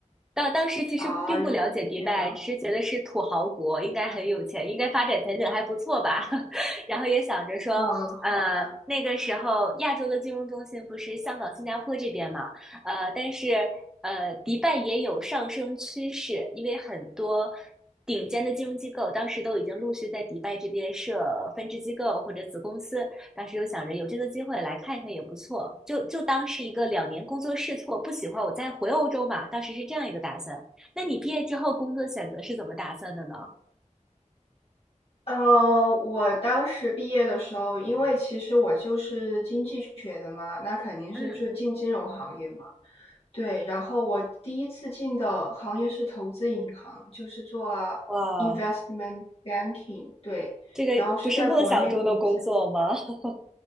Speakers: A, in the centre; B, on the left.
A: 当当时其实并不了解迪拜，
B: 啊，原来是这样，
A: 只是觉得是土豪国，应该很有钱，应该发展前景还不错吧。<laughs> 然后也想着说，
B: 嗯，好吧。
A: 呃，那个时候亚洲的金融中心不是香港、新加坡这边嘛，呃，但是呃，迪拜也有上升趋势，因为很多顶尖的金融机构当时都已经陆续在迪拜这边设分支机构或者子公司，当时又想着有这个机会来看一看也不错，就就当是一个两年工作试错，不喜欢我再回欧洲嘛。当时是这样一个打算。那你毕业之后工作选择是怎么打算的呢？
B: 呃，我当时毕业的时候，因为其实我就是经济学的嘛，那肯定是就进金融行业嘛。
A: 嗯，
B: 对，然后我第一次进的行业是投资银行，就是做
A: 哇，
B: investment banking。对，
A: 这个不是梦想中的工作吗？
B: 然后是在国内的一家，
A: <laughs>